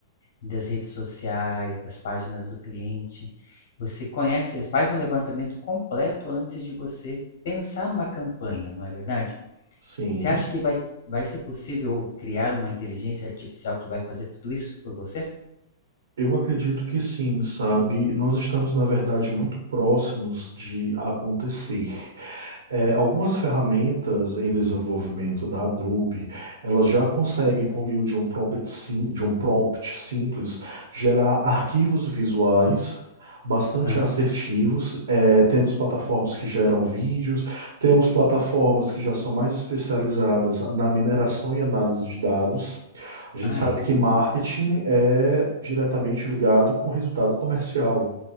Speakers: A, on the left (about 55°); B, on the right (about 80°).
A: das redes sociais, das páginas do cliente. Você conhece, faz um levantamento completo antes de você pensar numa campanha, não é verdade?
B: Sim,
A: Você acha que vai, vai ser possível criar uma inteligência artificial que vai fazer tudo isso por você?
B: eu acredito que sim, sabe? Nós estamos, na verdade, muito próximos de acontecer. É, algumas ferramentas em desenvolvimento da Adobe, elas já conseguem, por meio de um prompt, sim- de um prompt simples, gerar arquivos visuais bastante
A: Ah,
B: assertivos. É, temos plataformas que geram vídeos, temos plataformas que já são mais especializadas na mineração e análise de dados. A gente
A: Ah,
B: sabe
A: é?
B: que marketing é diretamente ligado com resultado comercial.